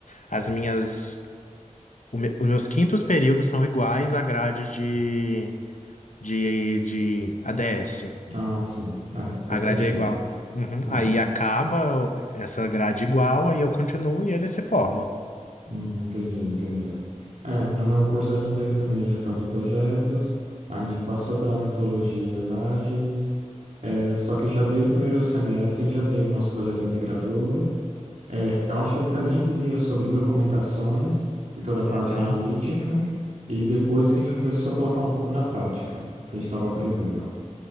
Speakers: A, on the left; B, on the right.
A: as minhas, o me- os meus quintos períodos são iguais à grade de, de, de ADS.
B: Ah, sim. É, faz
A: A grade
B: sentido.
A: é igual. Uhum.
B: É.
A: Aí acaba essa grade igual, aí eu continuo e eles se formam.
B: Hum, entendi, entendi. É, no meu curso a gente teve também a gestão de projetos, a gente passou pela metodologias ágeis, é, só que já desde o primeiro semestre a gente já teve o nosso projeto integrador. É, eu acho que ele também dizia sobre documentações e toda a parte
A: Uhum.
B: analítica, e depois que a gente começou a colocar um pouco na prática, que a gente estava aprendendo.